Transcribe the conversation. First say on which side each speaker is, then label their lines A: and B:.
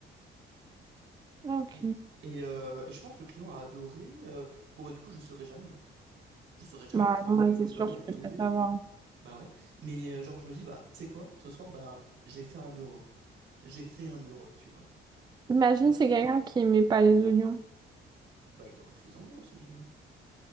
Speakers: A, on the right (about 20°); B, on the right (about 70°).
A: Ok.
B: Et, et, euh, et je pense que le client a adoré. euh, Bon, bah, du coup, je saurais jamais, hein. je saurais jamais
A: Bah
B: parce qu'en fait
A: non, là,
B: le,
A: c'est
B: le burger
A: sûr, je
B: est tombé.
A: peux pas savoir.
B: et- Bah ouais. Mais euh, genre je me dis bah tu sais quoi, ce soir bah j'ai fait un heureux. J'ai fait un heureux, tu vois.
A: Imagine,
B: Et
A: c'est
B: euh,
A: quelqu'un qui aimait pas les oignons.
B: bah il aurait pu les enlever dans son Big Mac.